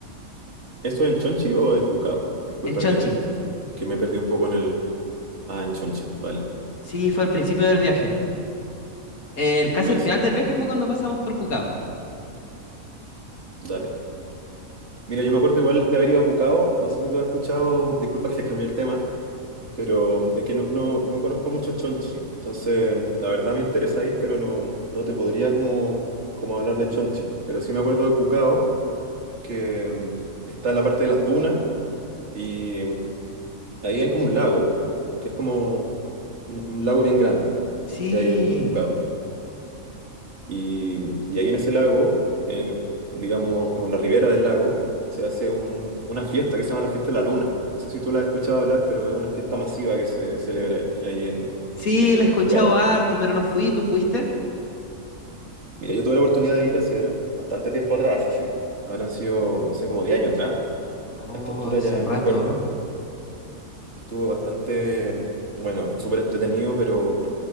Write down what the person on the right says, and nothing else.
¿Eso en Chonchi o en Cucao? Disculpa
que, que me perdí un poco en el... Ah, en Chonchi, vale.
Buenísimo,
dale. Mira, yo me acuerdo igual de haber ido a Cucao, no sé si tú has escuchado, disculpa que te cambié el tema, pero es que no, no, no conozco mucho Chonchi, entonces la verdad me interesa ir, pero no, no te podría como, como hablar de Chonchi, pero sí me acuerdo de Cucao, que mm, está en la parte de las dunas y mm, ahí hay como un lago, que, que es como un, un lago bien grande
que hay en, en Cucao. Y, y ahí en ese lago, eh, digamos, como en la ribera del lago, se hace un- una fiesta que se llama la Fiesta de la Luna. No sé si tú la has escuchado hablar, pero es una fiesta masiva que se celebra ahí en,
en
Cucao.
Mira, yo tuve la oportunidad de ir hace bastante tiempo atrás, así. Habrán sido, no sé, como 10 años atrás.
A esta altura
ya
ni me acuerdo. Estuvo bastante, mm, bueno, súper entretenido, pero